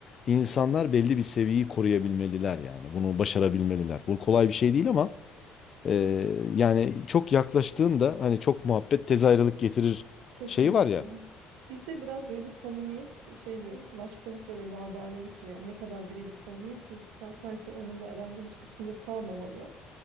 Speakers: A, on the left; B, on the right.
A: insanlar belli bir seviyeyi koruyabilmeliler yani. Bunu başarabilmeliler. Bu kolay bir şey değil ama e, yani çok yaklaştığında hani çok muhabbet tez ayrılık getirir
B: Kesinlikle.
A: şeyi var ya.
B: Bizde biraz böyle samimiyet şeyle, laçkalıkla ve laubalilikle yani ne kadar biriyle samimiyesin sen sanki onun da aranda hiçbir sınır kalmamalı